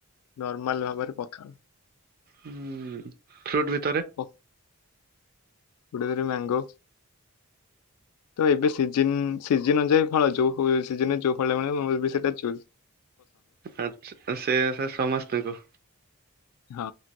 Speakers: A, on the left (about 80°); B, on the right (about 40°).
A: ନର୍ମାଲ ଭାବରେ ପଖାଳ।
B: ହୁଁ, ଫ୍ରୁଟଭି
A: ଓଃ ଗୋଟେ ଦେରେ ମ୍ୟାଙ୍ଗୋ। ତ ଏବେ ସିଜିନ, ସିଜିନ ଅନୁଯାୟୀ ଫଳ, ଯୋଉ ହୁଏ ସିଜନରେ ଯୋଉ ଫଳ ଟା <unintelligible> ସେଟା ଚୁଯ।
B: ଆଛା, ସେୟା ସା ସମସ୍ତଙ୍କୁ
A: ହଁ,